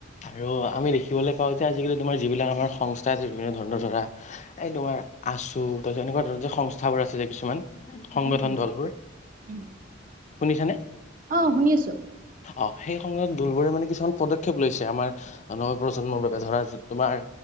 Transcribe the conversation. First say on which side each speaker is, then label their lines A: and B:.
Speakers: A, on the left; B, on the right.
A: আৰু আমি দেখিবলৈ পাওঁ যে আজিকালি তোমাৰ যিবিলাক আমাৰ সংস্থা থাকে ধৰণৰ ধৰা এই তোমাৰা আছো, <unintelligible> এনেকুৱা ধৰণৰ যে সংস্থাবোৰ আছে যে কিছুমান। সংগঠন
B: উম উম
A: ধলবোৰ,
B: উম
A: শুনিছানে?
B: অ', শুনি আছো।
A: অ', সেই সময়ত দোলবোৰে মানে কিছুমান পদক্ষেপ লৈছে আমাৰ আ, নৱ প্ৰজন্মৰ বাবে ধৰা তোমাৰ